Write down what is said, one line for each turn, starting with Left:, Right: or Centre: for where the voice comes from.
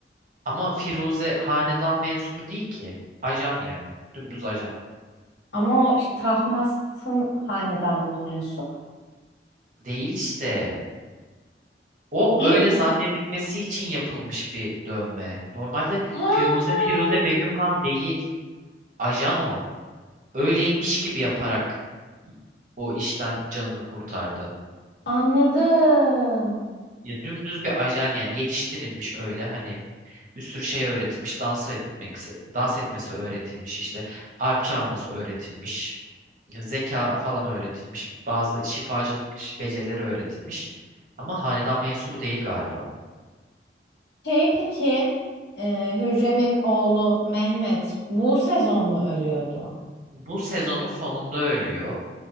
Right: Ama Firuze hanedan mensubu değil ki. Ajan yani. Dümdüz ajan.
Left: Ama o işte Tahmasp'ın hanedanına mensup.
Right: Değil işte. O öyle
Left: Değil mi?
Right: zannedilmesi için yapılmış bir dövme. Normalde
Left: Ha,
Right: Firuze Firuze Begüm Han değil. Ajan o. öyleymiş gibi yaparak o işten canını kurtardı.
Left: anladım.
Right: Ya dümdüz bir ajan yani yetiştirilmiş öyle hani bir sürü şey öğretilmiş. Dans etmek, dans etmesi öğretilmiş işte arp çalması öğretilmiş. Zeka falan öğretilmiş. Bazı şifacılık ş- becerileri öğretilmiş. Ama hanedan mensubu değil galiba.
Left: Şey peki, e, Hürrem'in oğlu Mehmet bu sezon mu ölüyordu?
Right: Bu sezonun sonunda ölüyor.